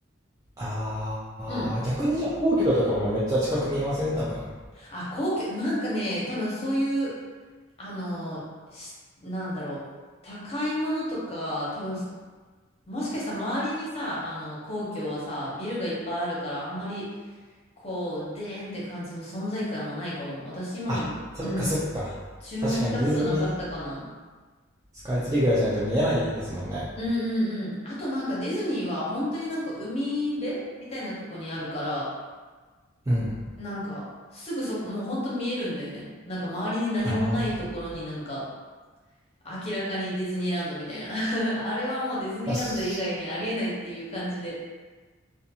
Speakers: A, on the right; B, on the left.
A: ああ、
B: うん。
A: 逆にじゃあ皇居とかもめっちゃ近く見えません多分。
B: あ、皇居、なんかね、多分そういう、あの、しなんだろう、高いものとか、多分、もしかしたら周りにさ、あの、皇居はさ、ビルがいっぱいあるから、あんまり、こう、でーんって感じの存在感もないかも。私今まで、
A: あ、そっかそっか。
B: うん。注目したことなかったかな。
A: 確かにディズニースカイツリーぐらいじゃないと見えないですもんね。
B: うんうんうん。あとなんかディズニーは本当になんか海辺みたいなとこにあるから、
A: うん。
B: なんかすぐそこ、もう本当見えるんだよね。なんか周りに何もないところになんか
A: ああ。
B: 明らかにディズニーランドみたいな。<laughs> あれはもうディズニーランド以外にありえないっていう感じで。
A: だし